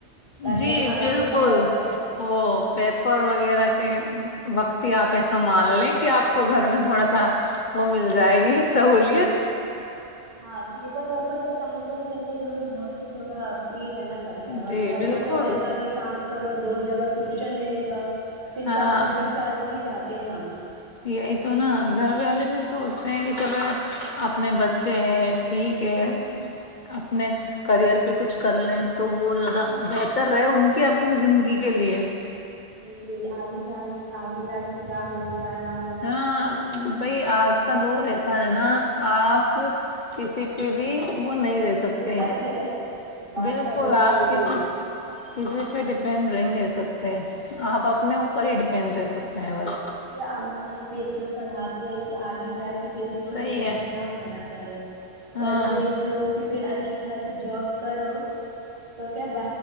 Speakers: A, on the right; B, on the left.
A: تاکہ
B: جی
A: ہم آرام
B: بالکل
A: سے پڑھ سکیں
B: وہ پیپر وغیرہ کے <unintelligible> وقت ہی آپ ایسا مان لیں کہ آپ کو گھر میں تھوڑا سا وہ مل جائے گی سہولیت
A: ہاں پیپر ویپر تو ٹائم پر ہی رہتا ہے جو ہمیں گھر سے تھوڑا فری جا پڑتا ہے
B: جی
A: ورنہ
B: بالکل
A: تو گھر کا بھی کام کرو <unintelligible> دو جگہ ٹیوشن لینے جا <unintelligible> پن
B: ہاں
A: کمپیوٹر کلاس بھی جاتی پ ہم ہم <unintelligible>
B: یہی تو نا گھر والے بھی سوچتے ہیں کہ چلو اپنے بچے ہیں ٹھیک ہے اپنے کریئر پہ کچھ کر لیں تو وہ زیادہ بہتر رہے ان کی اپنی زندگی کے لے
A: بالکل آگے جان آگے جا کے کیا ہو کیا نہ ہو
B: ہاں بئی آج کا د ایسا ہے نا آپ کسی پہ بھی وہ نہیں رہ
A: میرے
B: سکتے
A: بھر نہیں رہ سکتے
B: بالکل
A: آج کا دون
B: آپ
A: یہی
B: کسی
A: ہے <unintelligible>
B: کسی پہ ڈپینڈ نہیں رہ سکتے آپ اپنے اوپر ہی ڈیپینڈ رہ سکتے ہیں بس
A: اس امی بیچ <unintelligible> اتنا پڑھا <unintelligible> کہ آگے جا کے کسی پر
B: صحیح
A: نربھر
B: ہے
A: نہ ہونا پڑے
B: ہاں
A: پڑھ لکھ لو کہ پھر اچا اچھی خاص جاب کرو تو کیا ب